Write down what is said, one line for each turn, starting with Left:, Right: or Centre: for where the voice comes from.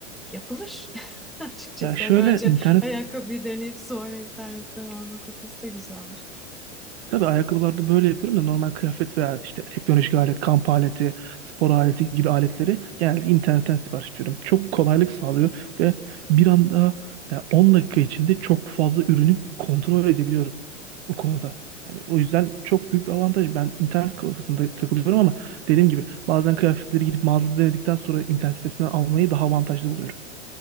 Centre: yapılır. <laughs> Açıkçası
Right: Ya şöyle
Centre: hani önce
Right: internet
Centre: ayakkabıyı deneyip sonra internetten alma kafası da güzelmiş.
Right: Tabii ayakkabılarda böyle yapıyorum da normal kıyafet veya işte teknolojik alet, kamp aleti, spor aleti gibi aletleri genelde internetten sipariş veriyorum. Çok kolaylık sağlıyor ve bir anda yani 10 dakika içinde çok fazla ürünü kontrol edebiliyorum o konuda. Yani o yüzden çok büyük bir avantaj. Ben internet kafasında takılıyorum ama dediğim gibi bazen kıyafetleri gidip mağazada denedikten sonra internet sitesinden almayı daha avantajlı buluyorum.